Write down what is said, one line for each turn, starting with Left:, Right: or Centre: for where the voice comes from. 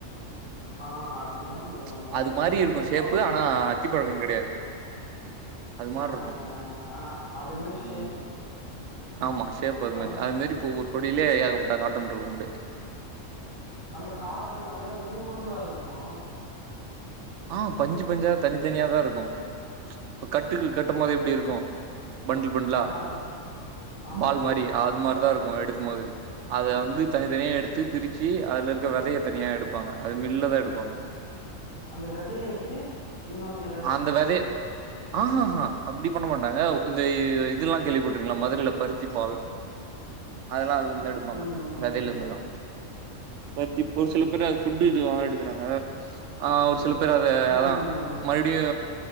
Left: ஆ அதுதா
Right: அ
Left: ப்ரோ நானு சொல்ல
Right: அது மாரி
Left: நீட்டா
Right: இருக்கு ஷேப்பு
Left: அது உள்ள
Right: ஆனா, த்தி பழக்கொ கெடையாது. அது மார்ருக்கு
Left: ஆ ஆ ஆ ஆனா அது மாரி ஷேப்பு
Right: ம். ஆமா ஷேப் அது
Left: அந்
Right: மாரி அது மாரி இப்ப ஒவ்வொரு கொடிலியே ஏகப்பட்ட காட்டன்ருக்கு அப்டே.
Left: அந்த காட்டனதா நூல் நூலா இருக்குமா?
Right: ஆ பஞ்சு பஞ்சா தனிதனியாதா இருக்கு. இப்ப கட்டுக்கு கட்டும் போது எப்டி இருக்கு? பண்ல் பண்லா
Left: ஆமா ப்ரோ ஆமா
Right: பால்
Left: ப்ரோ
Right: மாரி அ அது மார்தாருக்கு எடுக்கும்போது. அத வந்து தனித்தனியா எடுத்து பிரிச்சி அதுல இருக்க வெதைய தனியா எடுப்பாங்க. அது மில்லதா எடுப்பாங்க.
Left: அந்த வெதைய எடுத்து இன்னோன்னே
Right: அந்த வெதைய ஆஹாஹா அப்டி பண்ண மாட்டாங்க உ இந்தய் இ இ இதுலா கேள்விப்பட்ருக்கிங்ளா மதுரைல பருத்தி பால் அதுல்லா அதுலந்தா எ டுப்பாங்க
Left: ம்
Right: வெதைலிந்துதா.
Left: ம்
Right: பருத்திப் ஒரு சில பேர் அது ஃபுட்டு இதுலா எடுக்கறாங்க. ஆ ஒரு சில பேர் அத
Left: ம்
Right: அதா
Left: ம் ம்
Right: மல் டியு